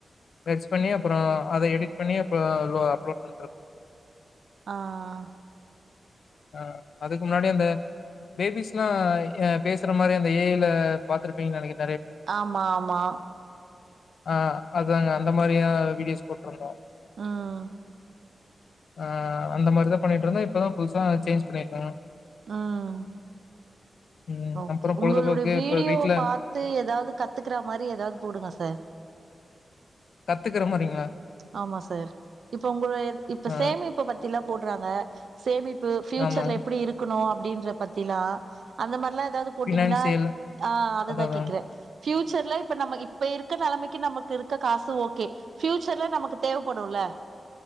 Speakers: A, on the left; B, on the right.
A: மெர்ஷ் பண்ணி அப்றோ அத எடிட் பண்ணி அப்லோ லோ அப்லோட் பண்றது
B: ஆ ஆ
A: ஆ அதுக்கு முன்னாடி அந்த பேபிஸ்ல்லா ஆ பேசுற மாரி அந்த ஏ ஐ ல பாத்திருப்பீங்கனு நெனைக்கறே
B: ஆமா ஆமா
A: ஆஹ் அதாங்க அந்த மாதிரியா வீடியோஸ் போட்டிருந்தோம்
B: ஆஹ்
A: ஆஹ் அந்த மாதிரிதான் பண்ணிட்டு இருந்தோம் இப்பதான் புது சேஞ்ச் பண்ணியிருக்கோம்
B: ஆஹ்
A: ம்
B: ஓக்கே
A: அப்புறம் பொழுதுபோக்கு
B: உங்களுடைய வீடியோ
A: இப்ப வீட்ல
B: பாத்து ஏதாவது கத்துக்கற மாதிரி ஏதாவது போடுங்க சார்
A: கத்துக்கற மாரிங்களா
B: ஆமா சார் இப்போ உங்கலோய இப்ப
A: ஆ
B: சேமிப்பு பத்திலா போடுறாங்க சேமிப் பு ஃபியூச்சர்ல
A: ஆமா.
B: எப்படி இருக்கணு அப்டின்ற பத்திலா அந்த மாரிலா எதாது போட்டிங்னா
A: ஃபினான்சியல்
B: ஆ அதுதா
A: அதான் அதான்.
B: கேக்குறே ஃபியூச்சர்ல இப்ப நம்ம இப்ப இருக்க நெலமைக்கு நமக்கு இருக்க காசு ஓகே ஃபியூ ஃப்யூச்சர்ல நமக்கு தேவப்படுல்ல